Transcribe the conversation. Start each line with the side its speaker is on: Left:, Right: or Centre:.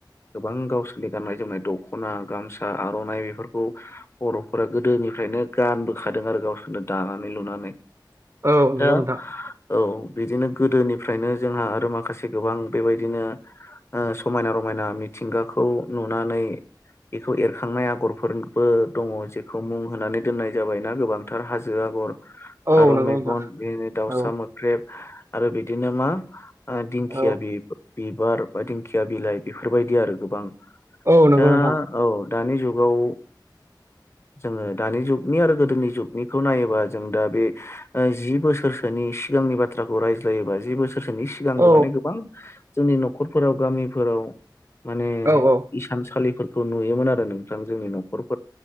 Left: गोबां गावसोरनि गाननाय जोमनाय दख'ना गामसा आर'नाइ बेफोरखौ बर'फोरा गोदोनिफ्राय गोदोनिफ्रायनो गानबोखादों आरो गावसोरनो दानानै लुनानै।
Right: औ नंगौ
Left: दा
Right: नोंथां।
Left: औ बिदिनो गोदोनिफ्रायनो जोंहा आरो माखासे गोबां बेबायदिनो ओ समायना रमायना मिथिंगाखौ नुनानै बेखौ एरखांनाय आगरफोरबो दङ जेखौ मुं होनानै दोननाय जाबायना गोबांथार हाजो आगर
Right: औ
Left: फारौ
Right: नंगौ
Left: मेगन
Right: नोंथां
Left: बिनो दाउसा
Right: औ
Left: मोख्रेब आरो बिदिनो मा दिंखिया
Right: औ
Left: बिबार बा दिंखिया बिलाइ बेफोरबायदि आरो गोबां।
Right: औ नंगौ
Left: दा
Right: नोंथां
Left: औ दानि जुगाव जोङो दानि जुगनि आरो गोदोनि जुगनिखौ नायोबा जों दा बे जि बोसोरसोनि सिगांनि बाथ्राखौ रायज्लायोब्ला जि बोसोर सोर सोरनि सिगांबो
Right: औ
Left: माने गोबां जोंनि न'खरफोराव गामिफोराव माने
Right: औ औ
Left: इसानसालिफोरखौ नुयोमोन आरो नोंथां जोंनि न'खर